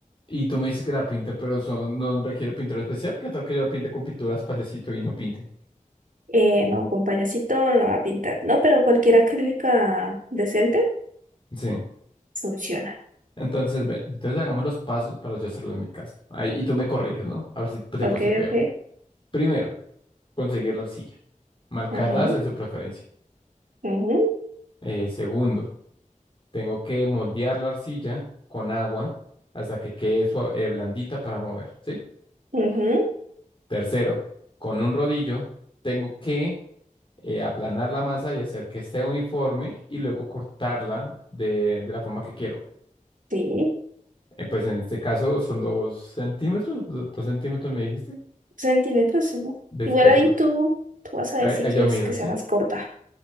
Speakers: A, on the left; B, on the right.
A: y tú me dices que la pinte, pero eso no requiere pintura especial. ¿Qué tal que yo la pinte con pinturas payasito y no pinte?
B: Eh, no, con payasito no va a pintar. No, pero cualquier acrílica decente
A: Sí.
B: funciona.
A: Entonces, ve, entonces hagamos los pasos para yo hacerlo en mi casa. Ahí, y tú me corriges, ¿no? A ver si pues, te
B: Ok,
A: puse cuidado.
B: ok.
A: Primero, conseguir la arcilla, marcadas
B: Ajá,
A: en su preferencia.
B: ajá,
A: Eh, segundo, tengo que moldear la arcilla con agua hasta que quede sua- eh, blandita para mover, ¿sí?
B: ajá.
A: Tercero, con un rodillo, tengo que eh, aplanar la masa y hacer que esté uniforme y luego cortarla de, de la forma que quiero.
B: Sí,
A: Eh, pues en este caso son dos centímetros, do- dos centímetros me dijiste
B: centímetros, sí.
A: de espeso.
B: Igual ahí tú, tú vas a
A: Ahí,
B: ver si
A: ahí
B: quieres
A: yo miro,
B: que
A: ¿sí?
B: sea más corta.